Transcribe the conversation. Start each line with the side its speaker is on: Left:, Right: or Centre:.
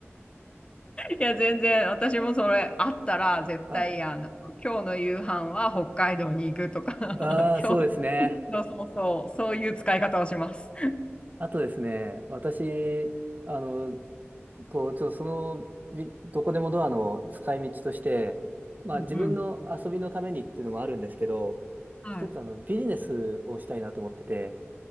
Left: いや、全然、私もそれあったら、絶対、
Right: はい。
Left: あの、今日の夕飯は北海道に行くとか、<laughs>
Right: ああ、そうですね。
Left: 今日、そうそうそう、そういう使い方をします。
Right: あとですね、私、あの、こう、ちょっとその、びどこでもドアの使い道として、まあ自分の遊びのためにっていうのもあるんですけど、
Left: うんうんはい。
Right: 一つあのビジネスをしたいなと思ってて、